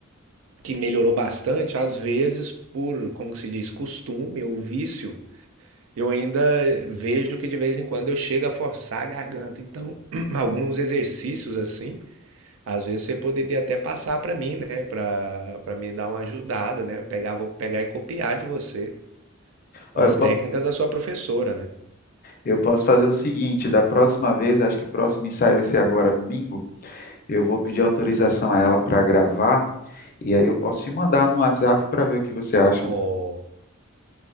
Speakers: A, on the right; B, on the left.
A: que melhorou bastante, às vezes por, como que se diz, costume ou vício, eu ainda vejo que de vez em quando eu chego a forçar a garganta. Então, <clears throat> alguns exercícios, assim às vezes você poderia até passar para mim, né? Para para me dar uma ajudada, né? Pegar, vou pegar e copiar de você com
B: Ó,
A: as
B: Eu, po-
A: técnicas da sua professora, né?
B: eu posso fazer o seguinte, da próxima vez, acho que o próximo ensaio vai ser agora domingo, eu vou pedir autorização a ela para gravar E aí eu posso te mandar no WhatsApp para ver o que você acha.
A: Oh,